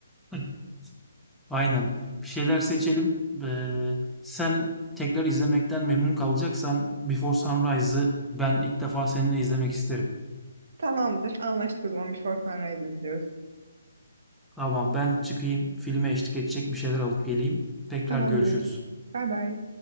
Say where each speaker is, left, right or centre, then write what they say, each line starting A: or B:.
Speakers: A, in the centre; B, on the right.
A: <laughs> aynen. Bir şeyler seçelim. Eee, sen tekrar izlemekten memnun kalacaksan Before Sunrise'ı ben ilk defa seninle izlemek isterim.
B: Tamamdır. Anlaştık o zaman. Before Sunrise izliyoruz.
A: Ama ben çıkayım, filme eşlik edecek bir şeyler alıp geleyim. Tekrar
B: Tamamdır.
A: görüşürüz.
B: Bay bay.